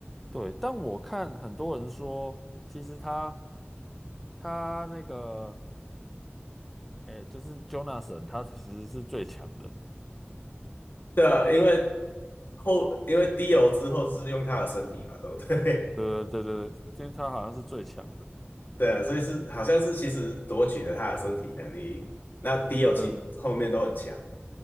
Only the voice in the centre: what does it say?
对，但我看很多人说，其实他他那个，哎，就是 Jonathan，他其实是最强的，
对对对对对，今天他好像是最强的，
对